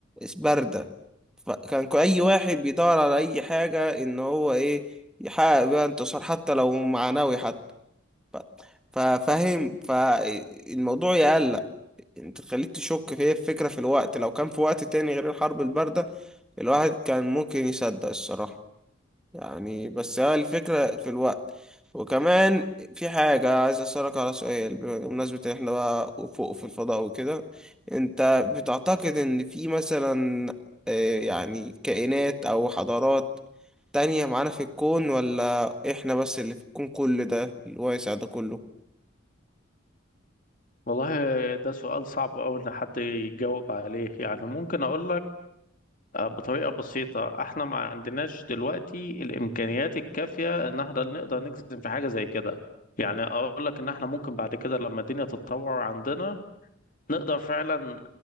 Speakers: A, in the centre; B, on the left (about 40°).
A: بارده فكان كو- اي واحد بيدور على اي حاجه ان هو ايه يحقق بيها انتصار حتى لو معنوي حتى ف- ففاهم فالموضوع يقلق انت تخليك تشك في هي الفكره في الوقت لو كان في وقت تاني غير الحرب البارده الواحد كان ممكن يصدق الصراحه يعني بس هي الفكرة في الوقت وكمان في حاجة عايز أسألك على سؤال بمناسبة إن إحنا بقى فوق في الفضاء وكده أنت بتعتقد إن في مثلا آه، يعني كائنات أو حضارات تانية معانا في الكون ولا إحنا بس اللي في الكون كل ده الواسع ده كله؟
B: والله ده سؤال صعب أوي إن حد يجاوب عليه يعني ممكن أقول آه، بطريقة بسيطة احنا ما عندناش دلوقتي الإمكانيات الكافية إن احنا نقدر نجزم في حاجة زي كده يعني أقول لك إن احنا ممكن بعد كده لما الدنيا تتطور عندنا نقدر فعلا